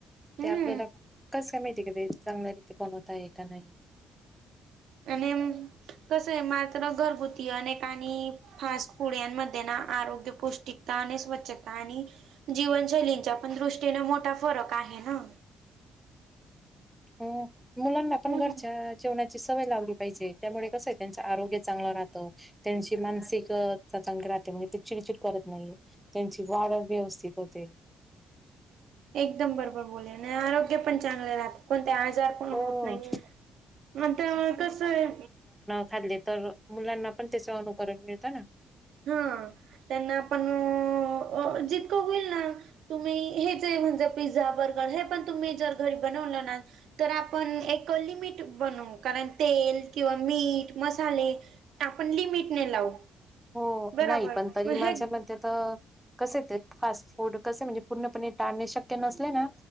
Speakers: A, on the right (about 75°); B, in the centre.
A: हम्म
B: ते आपल्याला कसं काय माहिती आहे का ते, चांगल्या रीती बनवत आहे का नाही?
A: आणि कस आहे, मात्र घरगुतीने अनेक आणि फास्ट फुड्यांमध्ये ना, आरोग्य पौष्टिकता, आणि स्वच्छता आणि जीवनशैलींच्या पण दृष्टीने मोठा फरक आहे ना.
B: ह, मुलांना आपण
A: हम्म.
B: घरच्या जेवणा ची, सवय लावली पाहिजे. त्यामुळे कसं आहे, त्यांच आरोग्य चांगलं राहतं. त्यांची मानसिकता चांगली राहते, म्हणजे ते चिडचिड करत नाही. त्यांची वाढ व्यवस्थित होते.
A: एकदम बरोबर बोलले, आणि आरोग्य पण चांगले राहते, कोणते आजार पण
B: हो
A: होत नाही, मग कस आहे
B: लागले तर, मुलांना पण त्याच अनुकरण मिळतं ना.
A: हा, त्यांना आपण जितकं होईल ना तुम्ही हे जे म्हणजे, पिझ्झा, बर्गर, हे पण तुम्ही जर घरी बनवलं ना तर आपण एक लिमिट बनवू, कारण तेल, किंवा मीठ, मसाले आपण लिमिट ने लावू.
B: हो,
A: बरोबर.
B: नाही पण तरी
A: मग
B: माझ्या
A: हे
B: मते तर, कसे ते फास्ट फूड कसे, म्हणजे पूर्णपणे टाळणे शक्य नसले ना,